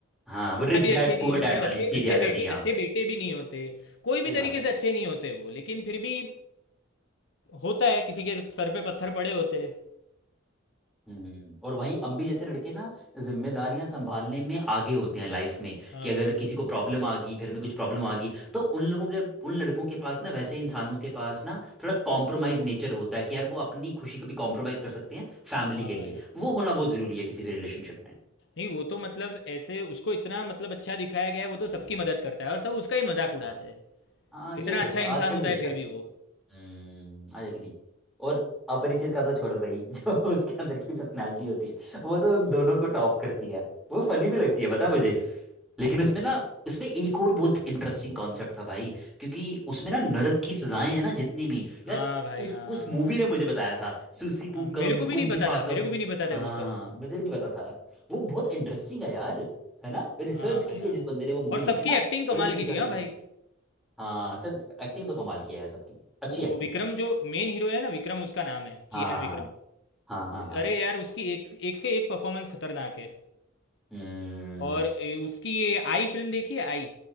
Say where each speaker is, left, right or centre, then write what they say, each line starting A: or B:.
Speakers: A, in the centre; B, on the left.
A: हाँ
B: पिता
A: वो रिच
B: भी
A: डैड
B: अच्छे नहीं
A: पुअर
B: होते
A: डैड वाली
B: अच्छे
A: थीरी
B: अच्छे
A: आ जाती
B: बेटे
A: है यहाँ
B: अच्छे
A: पे
B: बेटे भी नहीं होते कोई भी
A: सही
B: तरीके
A: बात है
B: से अच्छे नहीं होते वो लेकिन फिर भी होता है किसी के सर पे पत्थर पड़े होते हैं
A: हम्म और वहीं अम्बी जैसे लड़के ना जिम्मेदारियां संभालने में आगे होते हैं लाइफ में
B: हाँ
A: कि अगर
B: भाई
A: किसी को प्रॉब्लम आ गई घर में कुछ प्रॉब्लम आ गई तो उन लोगों के उन लड़कों के पास ना वैसे इंसानों के पास ना थोड़ा कॉम्प्रोमाइज नेचर होता है कि यार वो अपनी खुशी को भी कॉम्प्रोमाइज कर सकते हैं फैमिली
B: हाँ
A: के लिए
B: भाई
A: वो
B: हाँ।
A: होना बहुत जरूरी है किसी भी रिलेशनशिप में
B: नहीं वो तो मतलब ऐसे उसको इतना मतलब अच्छा दिखाया गया है वो तो सबकी मदद करता है और सब उसका ही मजाक उड़ाते
A: हाँ।
B: हैं
A: हाँ ये
B: इतना
A: होता
B: अच्छा
A: है आजकल
B: इंसान होता
A: भी होता
B: है फिर
A: है
B: भी
A: ये
B: वो
A: हम्म आई एग्री और अपरिचित का तो छोड़ो भाई <laughs> जो उसके अंदर की पर्सनालिटी होती है वो तो उन दोनों को टॉप करती है वो फनी भी लगती है बता मुझे लेकिन
B: हाँ
A: उसमें
B: भाई
A: ना उसमें एक और बहुत इंटरेस्टिंग कॉन्सेप्ट था भाई क्योंकि उसमें ना नरक की सजाएं हैं ना जितनी भी
B: हाँ
A: यार
B: भाई
A: उस
B: हाँ
A: उस मूवी ने मुझे बताया था सुसीपुकम
B: हाँ मेरे को भी
A: कुंभी
B: नहीं पता
A: पाकम
B: था मेरे को भी नहीं पता
A: हाँ
B: था वो सब
A: मुझे भी नहीं पता था वो बहुत इंटरेस्टिंग है यार है ना रिसर्च
B: हाँ
A: की
B: भाई हाँ
A: है जिस बंदे ने वो मूवी
B: और सबकी
A: लिखी है ना
B: एक्टिंग कमाल
A: थोड़ी बहुत
B: की
A: रिसर्च
B: थी हाँ
A: की
B: भाई
A: है हाँ सर एक्टिंग तो कमाल की है यार सबकी अच्छी
B: वो
A: एक्टिंग
B: विक्रम
A: है
B: जो मेन हीरो है ना विक्रम उसका नाम है
A: हाँ
B: चियान विक्रम
A: हाँ हाँ हाँ
B: अरे यार उसकी एक एक से एक परफॉर्मेंस खतरनाक है
A: हम्म
B: और ए, उसकी ये आई फिल्म देखी है आई